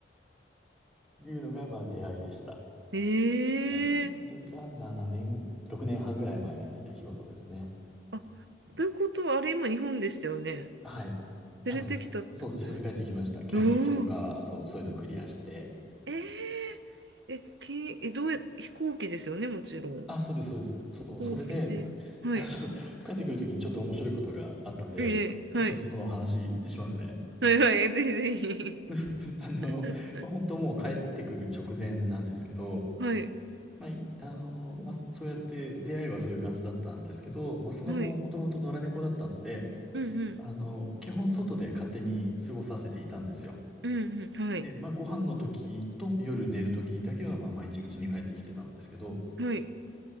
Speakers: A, in the centre; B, on the right.
A: いうのが、まあ、出会いでした。
B: ええ
A: はい。それが7年、6年半ぐらい前の出来事ですね。
B: あ、ということは、あれ、今、日本でしたよね。
A: はい。
B: 連れてきたってことですか。
A: あの、つ、そう、連れて帰ってきました。検疫とか、
B: おお。
A: そう、そういうのクリアして。
B: えええ、け、え、どうや、飛行機ですよね、もちろん。
A: あ、そうです、そうです。そう、
B: 飛行機で。
A: それで、
B: はい。
A: <laughs> そう帰ってくるときにちょっと面白いことがあったんで、
B: ええはい。
A: ちょっとその話しますね。
B: はいはい、ぜひぜひ。
A: <laughs>
B: <laughs>
A: あの、まあ、本当もう帰ってくる直前なんですけど、
B: はい、
A: まあ、いあの、まあ、そうやって出会いはそういう感じだったんですけど、まあ、その後ももともと野良猫だったので、
B: はい、うんうん、
A: あの、基本外で勝手に過ごさせていたんですよ。
B: うんうん、はい、
A: で、まあ、ご飯の時と夜寝る時だけは、まあ、毎日家に帰ってきてたんですけど、
B: はい。